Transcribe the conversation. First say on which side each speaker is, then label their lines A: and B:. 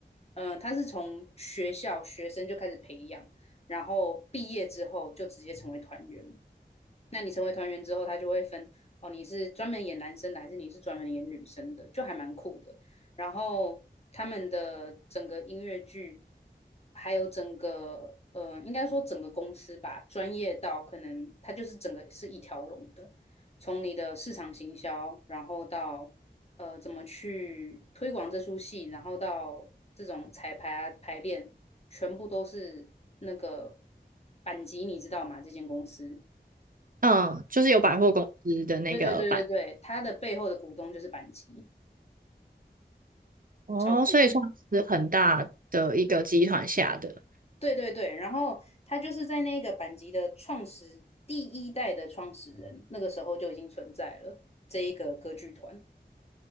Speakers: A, on the left; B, on the right.
A: 嗯、呃他是从学校学生就开始培养。然后毕业之后就直接成为团员。那你成为团员之后，他就会分哦，你是专门演男生的，还是你是专门演女生的，就还蛮酷的。然后他们的整个音乐剧，还有整个呃，应该说整个公司吧，专业到可能它就是整个是一条龙的，从你的市场行销，然后到呃怎么去推广这出戏，然后到这种彩排啊排练，全部都是那个板级，你知道吗？这间公司。
B: 嗯，就是有百货公司的那个版。
A: 对对对对对，他的背后的股东就是板吉，
B: 哦，
A: 超酷的。
B: 所以算是很大的一个集团下的。
A: 对对对，然后他就是在那个板吉的创始第一代的创始人，那个时候就已经存在了这一个歌剧团，